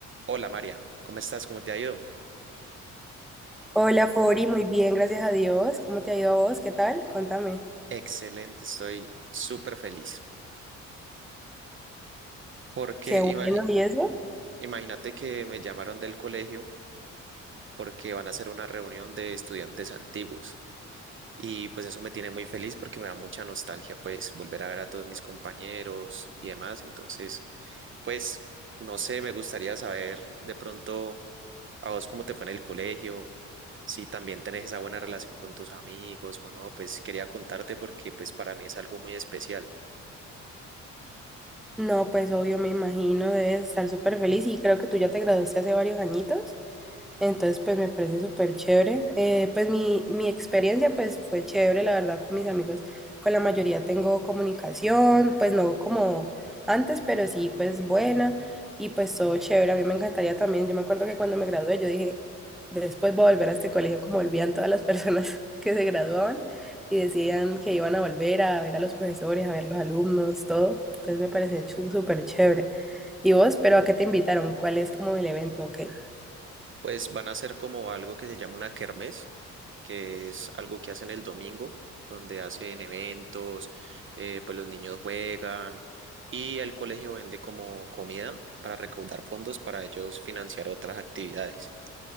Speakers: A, on the right; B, in the centre.
A: Hola María, ¿cómo estás? ¿Cómo te ha ido?
B: Hola, Fori, muy bien, gracias a Dios. ¿Cómo te ha ido a vos? ¿Qué tal? Contame.
A: Excelente, estoy súper feliz. Porque
B: Qué bueno,
A: imagi-
B: ¿y eso?
A: imagínate que me llamaron del colegio porque van a hacer una reunión de estudiantes antiguos. Y pues eso me tiene muy feliz porque me da mucha nostalgia, pues volver a ver a todos mis compañeros y demás. Entonces, pues no sé, me gustaría saber de pronto a vos cómo te fue en el colegio, si también tenés esa buena relación con tus amigos o no. Pues quería contarte porque pues para mí es algo muy especial.
B: No, pues obvio, me imagino, debes estar súper feliz y creo que tú ya te graduaste hace varios añitos. Entonces, pues me parece súper chévere. Eh, pues mi, mi experiencia pues fue chévere, la verdad, con mis amigos. Con la mayoría tengo comunicación, pues no como antes, pero sí pues buena y pues todo chévere. A mí me encantaría también, yo me acuerdo que cuando me gradué yo dije, después voy a volver a este colegio como volvían todas las personas <laughs> que se graduaban y decían que iban a volver a ver a los profesores, a ver los alumnos, todo. Entonces me parece chu- súper chévere. ¿Y vos, pero a qué te invitaron? ¿Cuál es como el evento? ¿O qué?
A: Pues van a ser como algo que se llama una kermés, que es algo que hacen el domingo, donde hacen eventos, eh, pues los niños juegan y el colegio vende como comida para recaudar fondos para ellos financiar otras actividades.